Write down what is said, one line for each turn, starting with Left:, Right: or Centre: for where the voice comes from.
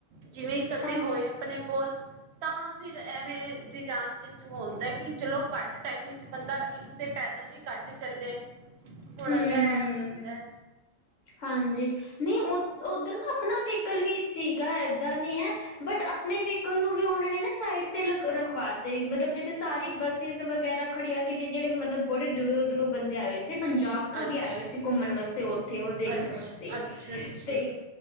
Right: ਜਿਵੇਂ ਕੱਦੀ
Left: ਹਾਂ
Right: ਹੋਏ ਆਪਣੇ ਕੋਲ ਤਾਂ ਫਿਰ ਐਵੇਂ ਦੀ ਜਾਣ ਚ ਹੁੰਦਾ ਕਿ ਚਲੋ ਘੱਟ ਟਾਈਮ ਵਿੱਚ ਬੰਦਾ ਇੱਕ ਤੇ ਪੈਦਲ ਵੀ ਘੱਟ ਚੱਲੇ ਥੋੜਾ
Left: ਹੂੰ
Right: ਜਿਹਾ ਹੋ ਜਾਂਦਾ।
Left: ਹਾਂਜੀ ਨਹੀਂ ਉ ਉੱਧਰ ਨਾ ਆਪਣਾ ਵਕਲ ਵੀ ਸੀਗਾ। ਏਦਾਂ ਨਹੀਂ ਹੈ ਬਟ ਆਪਣੇ ਵੀ ਨੂੰ ਵੀ ਉਹਨਾਂ ਨੇ ਨਾ ਸਾਈਡ ਤੇ ਲ ਰਖਵਾ ਤੇ ਮਤਲਬ ਜਿੱਥੇ ਸਾਰੀ ਬੱਸਿਸ ਵਗੈਰਾ ਖੜੀਆਂ। ਕਿਤੇ ਜਿੜੇ ਮਤਲਬ ਬੜੇ ਦੂਰੋਂ ਦੂਰੋਂ ਬੰਦੇ ਆਏ ਸੀ। ਅ ਪੰਜਾਬ ਤੋਂ
Right: ਅੱਛ
Left: ਵੀ ਆਏ ਹੋਏ ਸੀ ਘੁੰਮਣ ਵਾਸਤੇ ਉਹ ਉਹ ਦੇਖਣ
Right: ਅੱਛ
Left: ਵਾਸਤੇ
Right: ਅੱਛਾ ਅੱਛਾ
Left: ਤੇ